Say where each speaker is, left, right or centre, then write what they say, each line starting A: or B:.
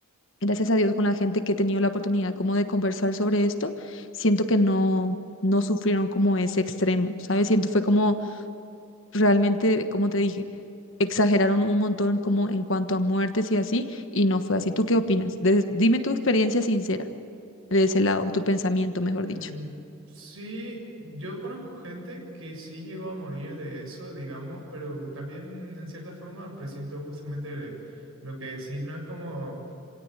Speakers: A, on the left (about 60°); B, on the right (about 70°).
A: gracias a Dios con la gente que he tenido la oportunidad como de conversar sobre esto, siento que no, no sufrieron como ese extremo, ¿sabes? Siento fue como realmente, como te dije, exageraron un montón como en cuanto a muertes y así, y no fue así. ¿Tú qué opinas? Des- dime tu experiencia sincera de ese lado, tu pensamiento, mejor
B: Mm,
A: dicho.
B: sí, yo conozco gente que sí llegó a morir de eso, digamos, pero que también en cierta forma presiento justamente lo que decís. No es como,